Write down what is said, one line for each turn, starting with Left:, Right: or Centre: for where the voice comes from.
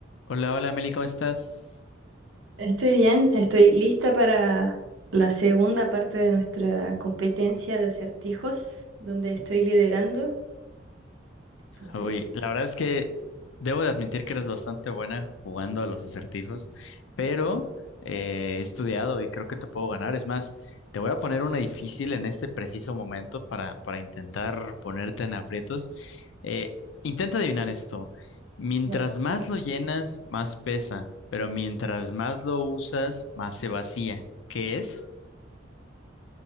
Left: Hola, hola Meli, ¿cómo estás?
Right: Estoy bien, estoy lista para la segunda parte de nuestra competencia de acertijos, donde estoy liderando. Entonces,
Left: Uy, la verdad es que debo de admitir que eres bastante buena jugando a los acertijos, pero eh, he estudiado y creo que te puedo ganar. Es más, te voy a poner una difícil en este preciso momento para, para intentar ponerte en aprietos. Eh, intenta adivinar esto. Mientras
Right: ya.
Left: más lo llenas, más pesa, pero mientras más lo usas, más se vacía. ¿Qué es?